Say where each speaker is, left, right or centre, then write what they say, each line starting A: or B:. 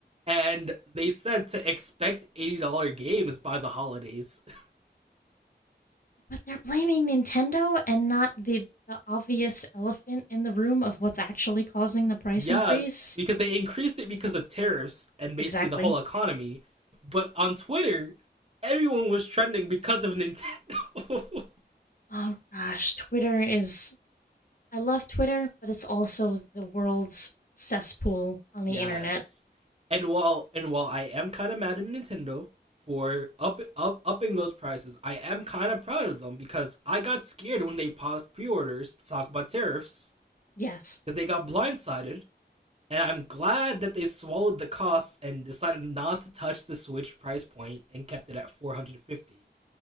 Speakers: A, on the right; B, on the left.
A: And they said to expect $80 games by the holidays. <laughs>
B: But they're blaming Nintendo and not the the obvious elephant in the room of what's actually causing the price
A: Yes,
B: increase.
A: because they increased it because of tariffs and basically
B: Exactly.
A: the whole economy. But on Twitter, everyone was trending because of Nintendo. <laughs>
B: Oh gosh, Twitter is I love Twitter, but it's also the world's cesspool on the
A: Yes.
B: internet.
A: And while and while I am kind of mad at Nintendo for up, up upping those prices, I am kind of proud of them because I got scared when they paused pre-orders to talk about tariffs
B: Yes.
A: because they got blindsided, and I'm glad that they swallowed the costs and decided not to touch the Switch price point and kept it at 450